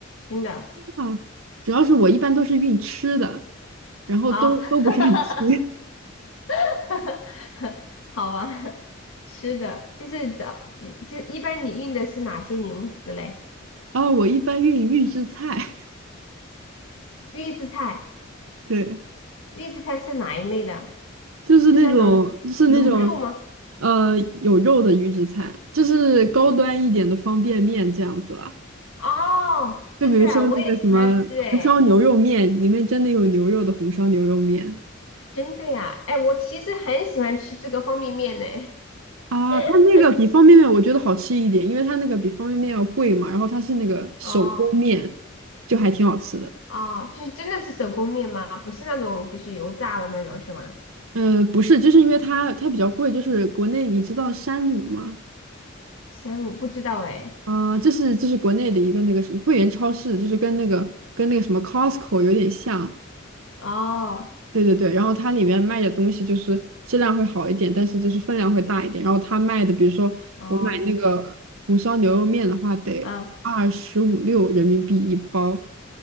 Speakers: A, on the left; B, on the right.
A: 真的
B: 啊。主要是我一般都是运吃的，然后都都不是很吃。
A: 啊。<laughs>
B: <laughs>
A: <laughs> 好吧，吃的就是找，就一般你运的是哪些零食嘞？
B: 啊，我一般运预制菜，
A: 预制菜，
B: <laughs> 对，
A: 预制菜是哪一类的？
B: 就是那种就是那种
A: 是那种卤肉吗？
B: 呃有肉的预制菜，就是高端一点的方便面这样子啦。
A: 哦，
B: 就比如说那个什么红烧牛肉面，
A: 真的啊，我也喜欢吃诶，
B: 里面真的有牛肉的红烧牛肉面。
A: 真的呀，哎，我其实很喜欢吃这个方便面呢。
B: 啊，它那个比方便面我觉得好吃一点，
A: <laughs>
B: 因为它那个比方便面要贵嘛，然后它是那个手工面，
A: 哦
B: 就还挺好吃的。
A: 哦，就是真的是手工面吗？不是那种就是油炸的那种是吗？
B: 呃，不是，就是因为它它比较贵，就是国内你知道山姆吗？
A: 三五不知道哎。
B: 啊、这是这是国内的一个那个什么会员超市，就是跟那个跟那个什么 Costco 有点像，
A: 哦
B: 对对对。然后它里面卖的东西就是质量会好一点，但是就是分量会大一点。然后它卖的，比如说我买那个红烧牛肉面的话，
A: 哦
B: 得二十五六人民币一包，
A: 啊，